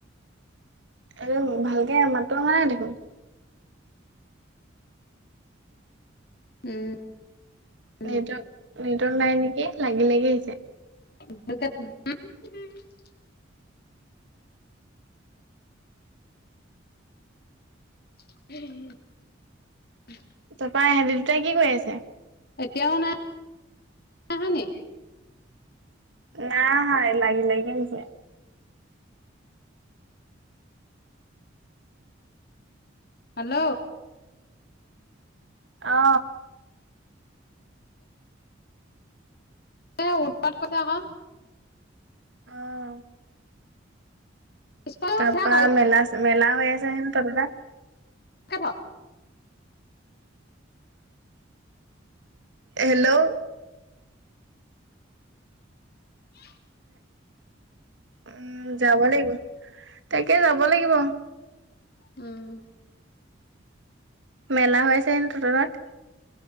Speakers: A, on the right (about 65°); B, on the left (about 55°).
A: আৰু ভালকে মাতটো আহা নাই দেখোন।
B: উম'। উম।
A: নেটৱৰ্ক,
B: উম,
A: নেটৱক্‌ নাই নেকি, লাগি লাগি আহিছে।
B: <unintelligible> <unintelligible>
A: তাপৰা এহেঁতি দুটাই কি কৰি আছে?
B: এতিয়াও নাই, নাই আহানি?
A: নাই আহা। এ', লাগি লাগি আহিছে।
B: হেল্ল'
A: অ
B: এ', উৎপাত কৈছে আকৌ।
A: আহ',
B: স্পঞ্জটো
A: তাৰপা, মেলাচ-মেলা হৈ আছে হেনো তাবাপে?
B: কেথা
A: হেল্ল'
B: য়ে
A: উম', যাব লাগিব। তাকে যাব লাগিব।
B: উম'।
A: মেলা হৈ আছে হেনো তোতৰ তাত?